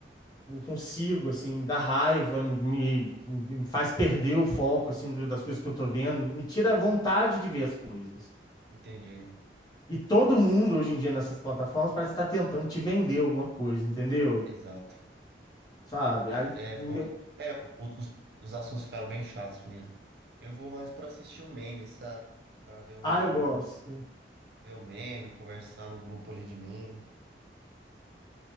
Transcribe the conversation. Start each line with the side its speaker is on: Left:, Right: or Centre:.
Left: Não consigo, assim, me dá raiva, me, me faz perder o foco, assim, do- das coisas que eu tô vendo, me tira a vontade de ver as coisas.
Right: entendi.
Left: E todo mundo hoje em dia nessas plataformas parece estar tentando te vender alguma coisa, entendeu?
Right: Exato.
Left: Sabe? Aí,
Right: É,
Left: meu-
Right: ficou... É, o- o- os, os assuntos ficaram bem chatos mesmo. Eu vou mais pra assistir um meme, sabe? Pra ver um,
Left: ah, eu gosto.
Right: ver um meme, conversar no grupo ali de meme.